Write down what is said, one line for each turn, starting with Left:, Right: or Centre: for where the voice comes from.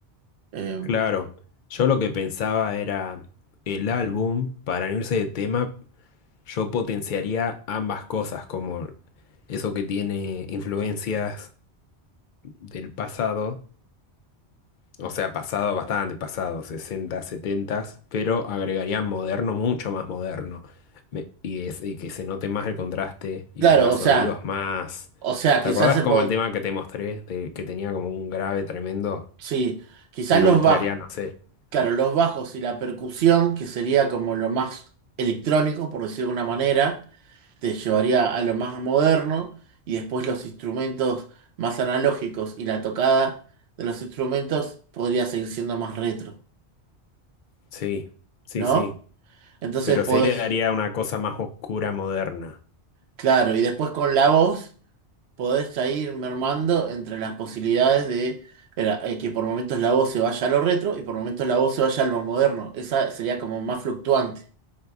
Right: Eh,
Left: Claro, yo lo que pensaba era el álbum, para no irse de tema, yo potenciaría ambas cosas, como eso que tiene influencias del pasado, o sea, pasado bastante pasado, 60, 70, pero agregaría moderno, mucho más moderno, Me- y, es, y que se note más el contraste y
Right: claro,
Left: tenga
Right: o
Left: sonidos
Right: sea,
Left: más...
Right: o sea,
Left: ¿Te
Right: quizás
Left: acordás
Right: se
Left: como
Right: po-
Left: el tema que te mostré, de, que tenía como un grave tremendo
Right: sí, quizás
Left: y lo
Right: los
Left: mezclaría,
Right: bajos,
Left: no sé?
Right: claro,
Left: ahí?
Right: los bajos y la percusión, que sería como lo más electrónico, por decirlo de una manera, te llevaría a lo más moderno, y después los instrumentos más analógicos y la tocada de los instrumentos podría seguir siendo más retro,
Left: Sí, sí,
Right: ¿no?
Left: sí.
Right: Entonces
Left: Pero
Right: podés,
Left: sí le daría una cosa más oscura moderna.
Right: claro, y después con la voz. podés ya ir mermando entre las posibilidades de era, eh, que por momentos la voz se vaya a lo retro y por momentos la voz se vaya a lo moderno. Esa sería como más fluctuante.